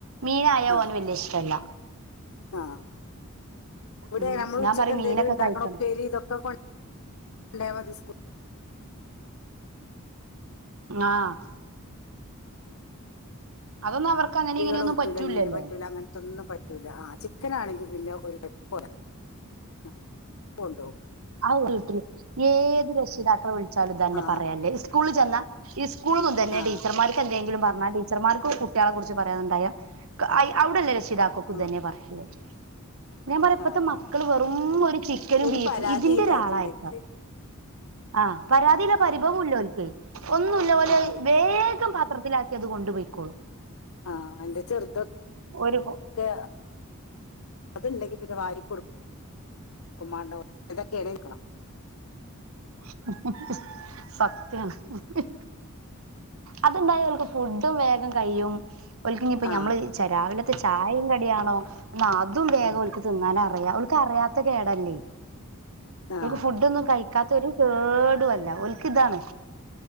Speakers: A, on the right; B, on the left.
A: മീനായ
B: ആഹ്
A: ഓന് വല്യ ഇഷ്ടല്ല
B: ആഹ് ഇവിടെ
A: ഉം
B: നമ്മൾ
A: ഞാൻ
B: ഉച്ചക്ക
A: പറയും
B: എന്തെേലും
A: മീനൊക്കെ
B: ഉണ്ടാക്കണോ
A: കഴിക്കണം
B: പെരി ഇതൊക്കെ കൊ ഉണ്ടായതി
A: ആഹ് അതൊന്ന അവർക്ക് അങ്ങനെ
B: കുരികൾ
A: ഇങ്ങനെയൊന്നും
B: പറ്റല
A: പറ്റൂലല്ലോ
B: ഈന പറ്റൂല അങ്ങനത്തൊന്നും പറ്റൂല്ല ആഹ് ചിക്കൻനാണെങ്കിൽ പിന്നെ ഒരു കപ്പട
A: <inaudible>
B: ആഹ് കൊണ്ടോ
A: ആട്ട ഏത് രക്ഷിതാക്കളെ വിളിച്ചാലും തന്നെ
B: ആ
A: പറയല്ലേ സ്കൂളിൽ ചെന്നാ ഈ സ്കൂള മുൻ തന്ന
B: ആ
A: ടീച്ചർക്ക് എന്തെങ്കിലും പറഞ്ഞാൽടി ടീച്ചർമാർക്കും കുട്ടികളെ കുറിച്ച് പറയാനണ്ടായ അവിടെല്ലേ രഷിതാക്കോക്കു
B: ആ
A: തന്നെ പറയല്ലേ ഞാൻ പറയപ്പോത്തെ
B: ആ
A: മക്കൾ വെറും ഒരു ചിക്കനും
B: ഒരു
A: ബീഫും
B: പരാതി
A: ഇതിന്റെ
B: ഇല്ലാതുണ്ടെങ്കില്
A: ഒരാളായക്കാം ആ പരാതി പരിഭവം ഇല്ലക്ക് ഒന്നുമല്ല പോലെ
B: ആ
A: വേഗം പാത്രത്തിലാക്കി അത് കൊണ്ടുപയിക്കോളും
B: ആഹ് അതിന്റെ ചെറുത് ഒക്കെ
A: ഒരു
B: അത്ണ്ടെങ്കി പിന്നെ വാ കൊടുക്കും ഉമാഡോ ഇതൊക്കെടക്കും
A: <unintelligible> അതുണ്ടായ അവക്ക് ഫുഡും വേഗം കഴിയും ഒലക്കിഞ്ഞ ഇപ്പോ
B: ആ
A: മ്മൾ രാവിലത്തെ ചായയും കടിയണോ എന്നാൽ അതും വേഗ
B: ഉം,
A: ഒലക്കി തിന്നാനൻ അറിയാം ഇക്ക് അറിയാത്ത കേടല്ലേ
B: ആ
A: ഫു ഒന്നും കഴ ഇക്കാക്ക് ഒരു കേടുല്ല ഓൽക്ക് ഇതാണ്